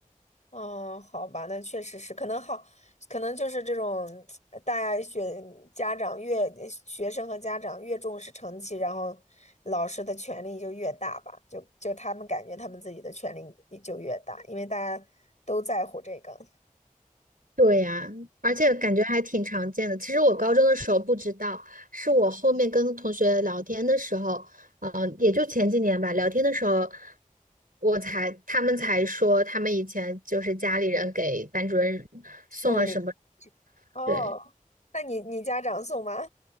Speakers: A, on the left; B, on the right.
A: 哦，好吧，那确实是，可能好，可能就是这种，呃大家学家长越学生和家长越重视成绩，然后老师的权力就越大吧，就就他们感觉他们自己的权力也就越大，因为大家都在乎这个
B: 对呀，而且感觉还挺常见的。其实我高中的时候不知道，是我后面跟同学聊天的时候，呃，也就前几年吧，聊天的时候，我才他们才说他们以前就是家里人给班主任送了什么。
A: 送礼。哦，
B: 对，
A: 那你你家长送吗？